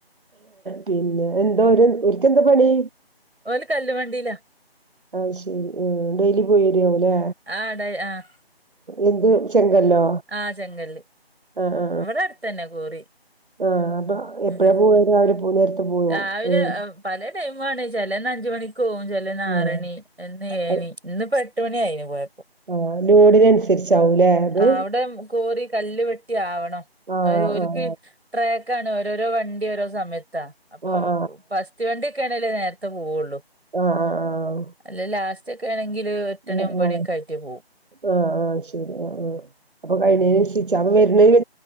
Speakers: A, on the right; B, on the right.
A: പിന്നെ എന്താ ഒരു ഒരിക്ക് എന്താ പണി
B: ഓല് കല്ല് വണ്ടില്ലാ
A: അയ് ശെരി ഡെയ്ലി പോയി വരാവൂല്ലേ
B: ആട ആ
A: എന്ത് ചെങ്കല്ലോ
B: ആ ചെങ്കല്ല്.
A: ആ ആആ
B: ഇവിടെ അടുത്തന്നെ കോറി.
A: ആ അപ്പൊ എപ്പഴാ
B: ഉം.
A: പോവാ രാവിലെ പോ നേരത്തെ പോവോ
B: രാവിലെ
A: ആഹ്
B: പല ടൈം ആണ്ച്ചാല് ചെലെന്ന് അഞ്ച് മണിക്ക് പോവും ചേലേന്ന് ആറു
A: ആഹ്
B: മണി എന്ന് ഏഴു
A: അത്
B: മണി ഇന്ന്പ്പോ എട്ട് മണി ആയിന് പോയ
A: ആഹ് ലോഡിനനുസരിച്ചാവൂലേ അത്
B: അവിടെ കോറി കല്ല് വെട്ടി ആവണംഓ
A: ആഹ്
B: ൽക്ക്
A: ആഹ് ആഹ്
B: ട്രക്ക് ക്കാണ് ഓരോരോ വണ്ടി ഓരോ സമയത്താ അപ്പൊ
A: ആഹ്
B: ഫസ്റ്റ് വണ്ടിയൊക്കെ ആണേലേ നേരത്തെ പോവുള്ളൂ
A: ആ ആ ആ
B: അല്ലെ ലാസ്റ്റ് ഒക്കെ ആണെങ്കിൽ എട്ടണി
A: ആ
B: ഒമ്പണിയൊക്കെ
A: ആ
B: ആയിട്ടേ പോവും
A: ആ ആ ശരി ആ ആ അപ്പൊ കയ്യിനേന് അനുസരിച്ച അപ്പോ വരുനയ്ന്